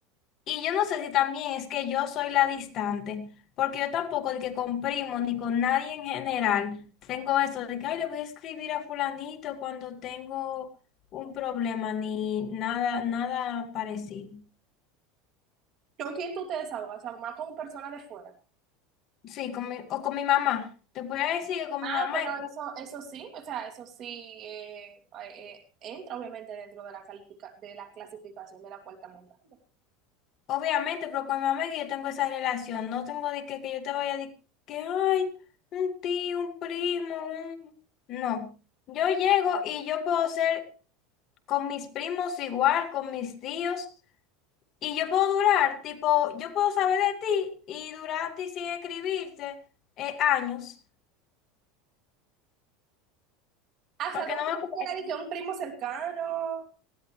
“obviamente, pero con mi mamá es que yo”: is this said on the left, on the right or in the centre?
Left